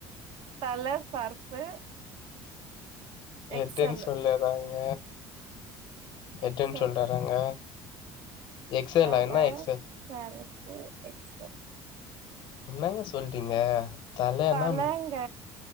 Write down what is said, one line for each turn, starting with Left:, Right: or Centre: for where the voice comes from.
Right: தல சர்ஃபு
Left: ஹெட்
Right: எக்ஸலு
Left: அண் ஷோல்டராங்க ஹெட்டன்
Right: எக்ஸல்
Left: ஷோல்டராங்க எக்ஸலா
Right: பல
Left: என்ன எக்ஸல்
Right: சரக்கு எக்ஸெல்
Left: என்னங்க சொல்றீங்க தலனா
Right: தலங்க